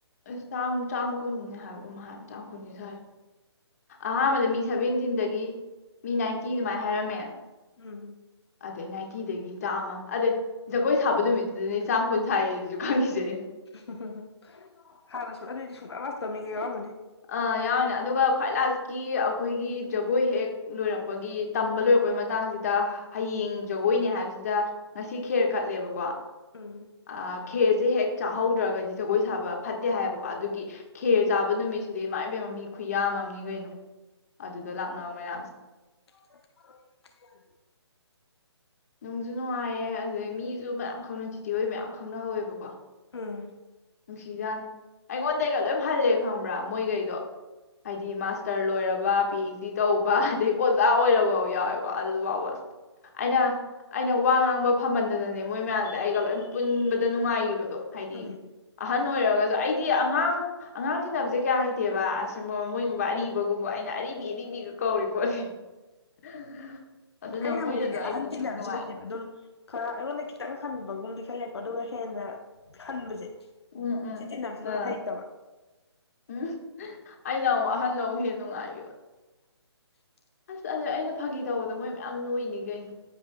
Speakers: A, on the left (about 35°); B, on the left (about 65°).
A: ꯑ ꯆ ꯆꯥꯝ ꯀꯨꯟꯅꯤ ꯍꯥꯏꯕꯒꯨꯝ ꯍꯥꯏꯕ ꯆꯥꯝ ꯀꯨꯟꯅꯤ ꯁꯥꯏꯗꯣ ꯑꯍꯥꯟꯕꯗꯤ ꯃꯤ ꯁꯦꯚꯦꯟꯇꯤꯟꯗꯒꯤ ꯃꯤ ꯅꯥꯏꯟꯇꯤ ꯑꯗꯨꯃꯥꯏꯅ ꯍꯥꯏꯔꯝꯃꯦ
B: ꯎꯝ
A: ꯑꯗꯩ ꯅꯥꯏꯟꯇꯤꯗꯒꯤ ꯆꯥꯝꯃ ꯑꯗꯩ ꯖꯒꯣꯏ ꯁꯥꯕ ꯅꯨꯃꯤꯠꯇꯨꯗꯅꯦ ꯆꯥꯝ ꯀꯨꯟ ꯁꯥꯏꯁꯨ ꯈꯪꯉꯏꯁꯦꯅ
B: ꯑꯥꯍꯨꯝ ꯍꯨꯝ ꯍꯨꯝ ꯍꯥꯟꯅꯁꯨ ꯑꯗꯨꯗꯤ ꯁꯨꯡꯂꯥꯛ ꯂꯥꯛꯇꯕꯃꯤꯉ ꯌꯥꯎꯔꯃꯅꯤ
A: ꯑꯥ ꯌꯥꯎꯅꯦ ꯑꯗꯨꯒ ꯈ꯭ꯋꯥꯏ ꯂꯥꯁꯀꯤ ꯑꯩꯈꯣꯏꯒꯤ ꯖꯒꯣꯏ ꯍꯦꯛ ꯂꯣꯏꯔꯛꯄ ꯄꯒꯤ ꯇꯝꯕ ꯂꯣꯏ ꯑꯩꯈꯣꯏ ꯃꯇꯥꯡꯁꯤꯗ ꯍꯌꯦꯡ ꯖꯒꯣꯏꯅꯦ ꯍꯥꯏꯕꯁꯤꯗ ꯉꯁꯤ ꯈꯦꯔ ꯀꯠꯂꯦꯕꯀꯣ
B: ꯎꯝ
A: ꯑ ꯈꯦꯔꯖꯤꯦ ꯍꯦꯛ ꯆꯥꯍꯧꯗ꯭ꯔꯒꯗꯤ ꯖꯒꯣꯏ ꯁꯥꯕ ꯐꯠꯇꯦ ꯍꯥꯏꯌꯦꯕꯀꯣ ꯑꯗꯨꯒꯤ ꯈꯦꯔ ꯆꯥꯕ ꯅꯨꯃꯤꯠꯁꯤꯗꯤ ꯃꯥꯏ ꯄꯦꯝꯃ ꯃꯤ ꯈꯨ ꯌꯥꯝꯃꯝꯅꯤ ꯀꯩꯅꯣ ꯑꯗꯨꯗ ꯂꯥꯛꯅꯕ ꯃꯌꯥꯝ
B: <inaudible>
A: ꯅꯨꯡꯁꯨ ꯅꯨꯡꯉꯥꯏꯌꯦ ꯑꯗꯨꯗꯩ ꯃꯤꯁꯨ ꯃꯌꯥꯝ ꯈꯪꯅ ꯆꯤꯆꯦ ꯍꯣꯏ ꯃꯌꯥꯝ ꯈꯪꯅꯍꯧꯋꯦꯕꯀꯣ
B: ꯎꯝ
A: ꯅꯨꯡꯁꯤꯖꯥꯠꯅꯤ ꯑꯩꯉꯣꯟꯗꯩꯒ ꯂꯣꯏ ꯍꯜꯂꯦ ꯈꯪꯕ꯭ꯔꯥ ꯃꯣꯏꯈꯩꯗꯣ ꯍꯥꯏꯗꯤ ꯃꯥꯁꯇꯔ ꯂꯣꯏꯔꯕ ꯄꯤ ꯑꯩꯆ ꯗꯤ ꯇꯧꯕ ꯑꯗꯩ ꯑꯣꯖꯥ ꯑꯣꯏꯔꯕꯐꯥꯎ ꯌꯥꯎꯋꯦꯀꯣ ꯑꯗꯨꯐꯥꯎꯕꯁ ꯑꯩꯅ ꯑꯩꯅ ꯋꯥ ꯉꯥꯡꯕ ꯐꯝꯃꯟꯗꯅꯅꯦ ꯃꯣꯏ ꯃꯌꯥꯝꯁꯦ ꯑꯩꯒ ꯂꯣꯏ ꯄꯨꯟꯕꯗ ꯅꯨꯡꯉꯥꯏꯈꯤꯕꯗꯣ ꯍꯥꯏꯗꯤ
B: ꯎꯝ
A: ꯑꯍꯟ ꯑꯣꯏꯔꯒꯁꯨ ꯑꯩꯗꯤ ꯑꯉꯥꯡ ꯑꯉꯥꯡ ꯇꯤꯟꯅꯅꯕꯁꯦ ꯀꯌꯥ ꯍꯩꯇꯦꯕ ꯑ ꯃꯣꯏꯒꯨꯝꯕ ꯑꯔꯤꯕꯒꯨꯝꯕ ꯑꯩꯅ ꯑꯔꯤꯕ ꯑ ꯀꯧꯔꯤ ꯄꯣꯠꯅꯤ <inaudible>
B: ꯑꯩꯅ
A: ꯃꯣꯏꯅꯁꯨ
B: ꯑꯃꯨꯛꯅꯦ
A: ꯑꯩ
B: ꯑꯍꯟ
A: ꯄꯨꯟꯕꯗ
B: ꯇꯤꯟꯅꯕꯁꯦ
A: ꯅꯨꯡꯉꯥꯏ
B: ꯍꯩꯇꯦꯕ ꯑꯗꯨꯝ ꯈꯔ ꯑꯩꯉꯣꯟꯗ ꯈꯤꯇꯪ ꯍꯟꯕꯒꯨꯝꯗꯤ ꯈꯔ ꯂꯩꯔꯦꯀꯣ ꯑꯗꯨꯒ ꯍꯦꯟꯅ ꯍꯟꯕꯁꯦ
A: ꯎꯝ ꯎꯝ
B: ꯁꯤ ꯇꯤꯟꯅꯕꯁꯦ
A: ꯑ
B: ꯑꯗꯨꯝ ꯍꯩꯇꯕ
A: ꯎꯝ ꯑꯩꯅ ꯑꯃꯨꯛ ꯑꯍꯟ ꯑꯃꯨꯛ ꯍꯦꯟꯅ ꯅꯨꯡꯉꯥꯏꯈꯤꯕ
B: <inaudible>
A: ꯑꯁ ꯑꯩꯅ ꯐꯥꯒꯤ ꯇꯧꯕꯗ ꯃꯣꯏ ꯃꯌꯥꯝ ꯅꯣꯏꯅꯤ ꯀꯩꯅꯣ